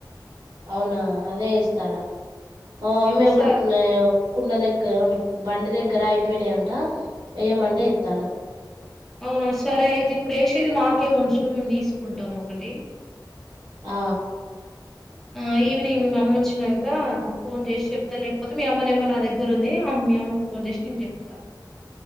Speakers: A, on the right; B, in the centre.
A: అవునా అదే ఇస్తాను మా మమ్మీ
B: అయితే
A: ఒక
B: స
A: కుండ దగ్గర ఉం బండి దగ్గర అయిపోయినాయంట వ్యమంటే ఎస్తాను
B: అవునా సరే అయితే ఇప్పుడు వేసేది మాకే ఉంచు మేము తీసుకుంటాం ఒకటి
A: ఆ
B: ఆ ఈవనింగ్ మీ అమ్మ వచ్చినాక ఫోన్ చేసి చెప్తా లేకపోతే మీ అమ్మ నెంబర్ నా దగ్గర ఉంది మీ అమ్మకు ఫోన్ చేసి నేను చెప్తా